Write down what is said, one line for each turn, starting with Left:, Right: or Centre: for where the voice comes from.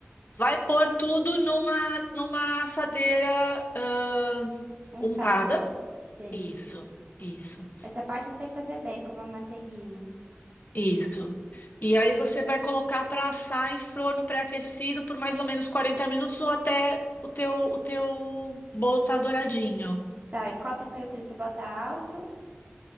Left: vai pôr tudo numa, numa assadeira, ahn,
Right: untada.
Left: untada.
Right: Sim.
Left: Isso, isso,
Right: Essa parte eu sei fazer bem, como a manteiguinha.
Left: isso. E aí você vai colocar para assar em forno pré-aquecido por mais ou menos 40 minutos ou até o teu, o teu bolo tá douradinho.
Right: Tá, e qual a temperatura? Você bota alto?